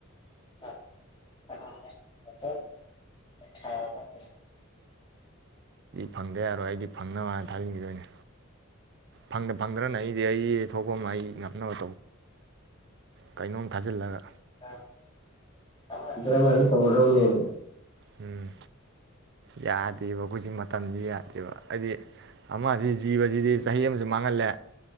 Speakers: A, on the left (about 20°); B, on the right (about 55°).
A: <unintelligible>
B: ꯗꯥꯪꯗꯥ ꯌꯥꯔꯣꯏ ꯗꯥꯪꯅꯕ ꯊꯖꯤꯟ ꯗꯣꯏꯅꯤ ꯒꯥꯪꯗ ꯗꯥꯪꯗꯔꯒꯅꯥ ꯑꯇꯣꯞꯄ ꯑꯩ ꯉꯝꯅꯕꯥ ꯀꯩ ꯅꯣꯝ ꯊꯥꯖꯤꯟ ꯂꯒ
A: <unintelligible> ꯑꯃ ꯅꯠꯇ꯭ꯔ ꯑꯃ ꯗꯨꯝ ꯇꯧꯔꯗꯧꯅꯦꯕ
B: ꯎꯝ ꯌꯥꯗꯦꯕ ꯑꯈꯣꯏꯁꯦ ꯃꯇꯝꯁꯦ ꯌꯥꯗ꯭ꯔꯦꯕ ꯑꯩꯗꯤ ꯑꯃ ꯖꯤ ꯖꯤꯕ ꯖꯤꯗꯤ ꯆꯍꯤ ꯑꯝꯁꯨ ꯃꯥꯡꯍꯜꯂꯦ